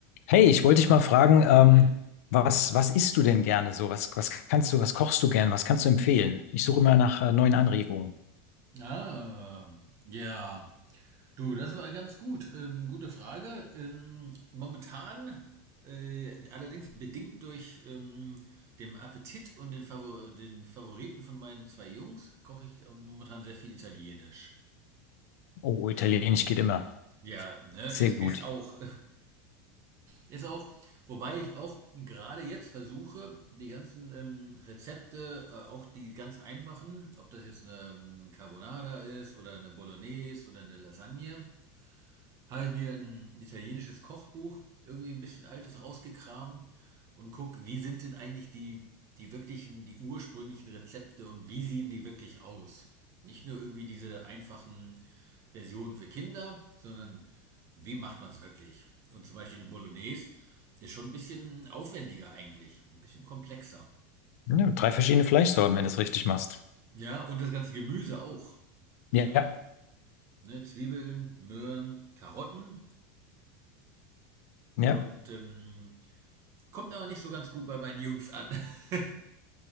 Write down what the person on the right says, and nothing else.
Nein.
Ah, ja. Du, das war ganz gut. Ähm, gute Frage. Ähm, momentan, äh, allerdings bedingt durch ähm, den Appetit und den, Favor den Favoriten von meinen zwei Jungs, koche ich ähm, momentan sehr viel Italienisch.
Ähm,
ja, ne,
ist,
ist auch Ist auch, wobei ich auch gerade jetzt versuche, die ganzen ähm, Rezepte, äh, auch die ganz einfachen, ob das jetzt eine ähm, Carbonara ist oder eine Bolognese oder eine Lasagne, habe ich mir ein italienisches Kochbuch, irgendwie ein bisschen altes, rausgekramt und guck, wie sind denn eigentlich die, die wirklichen, die ursprünglichen Rezepte und wie sehen die wirklich aus? Nicht nur irgendwie diese einfachen Versionen für Kinder, sondern wie macht man es wirklich? Und zum Beispiel eine Bolognese ist schon ein bisschen aufwendiger eigentlich, ein bisschen komplexer.
Ja, und das ganze Gemüse auch.
Ne? Ne, Zwiebeln, Möhren, Karotten
und ähm, Kommt aber nicht so ganz gut bei meinen Jungs an. <laughs>